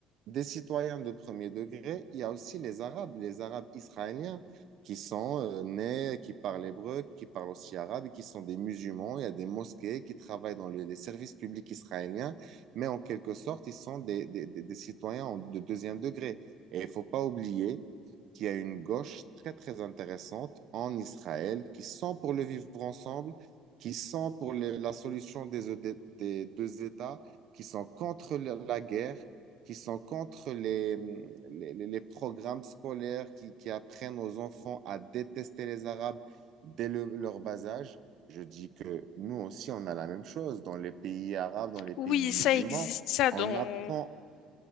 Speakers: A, on the right; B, on the left.
A: des citoyens de premier degré. Il y a aussi les Arabes, les Arabes israéliens qui sont euh, nés, qui parlent hébreu, qui parlent aussi arabe et qui sont des musulmans. Il y a des mosquées qui travaillent dans le- les services publics israéliens, mais en quelque sorte, ils sont des, des- des- des citoyens en- de deuxième degré. Et il ne faut pas oublier qu'il y a une gauche très, très intéressante en Israël qui sont pour le vivre ensemble qui sont pour le- la solution des, ED des deux États, qui sont contre la, la guerre, qui sont contre les, les, les- les programmes scolaires qui, qui apprennent aux enfants à détester les Arabes dès le- leur bas âge. Je dis que nous aussi, on a la même chose dans les pays arabes, dans les pays
B: Oui,
A: musulmans.
B: ça existe, ça,
A: On
B: dans,
A: apprend